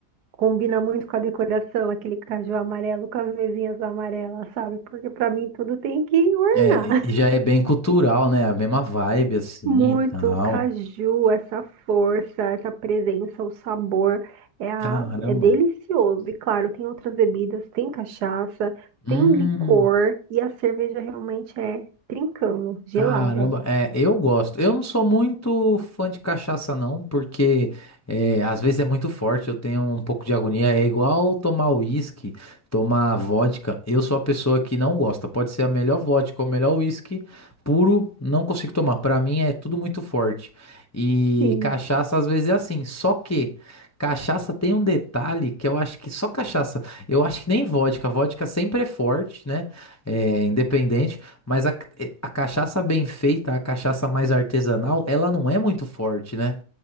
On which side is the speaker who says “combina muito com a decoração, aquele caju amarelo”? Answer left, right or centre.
Right